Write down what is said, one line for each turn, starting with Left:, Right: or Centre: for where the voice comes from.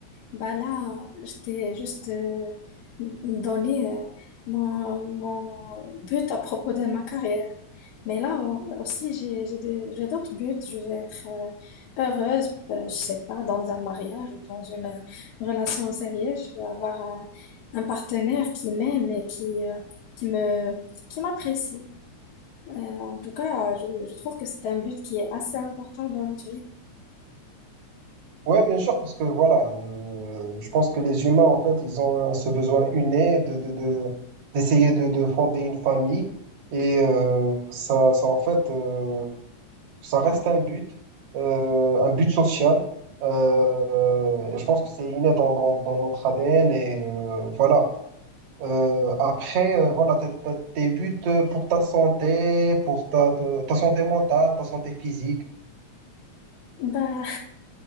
Left: Bah là, euh, je t'ai juste euh, donné euh, mon, mon but à propos de ma carrière. Mais là euh, aussi, j'ai, j'ai des- j'ai d'autres buts. Je veux être euh, heureuse, euh, je sais pas, dans un mariage ou dans une, euh, relation sérieuse. Je veux avoir euh, un partenaire qui m'aime et qui, euh, qui me, qui m'apprécie. Euh, en tout cas, je, je trouve que c'est un but qui est assez important dans notre vie.
Right: Ouais, bien sûr, parce que voilà, euh, je pense que les humains, en fait, ils ont ce besoin inné de, de, de- d'essayer de, de fonder une famille. Et euh, ça, ça, en fait, euh, ça reste un but, euh, un but social. Euh, euh, et je pense que c'est inné dans, dans, dans notre ADN. Et euh, voilà. Euh, après, euh, voilà, t'as- t'as tes buts euh, pour ta santé, pour ta, ta, ta santé mentale, ta santé physique.
Left: Bah,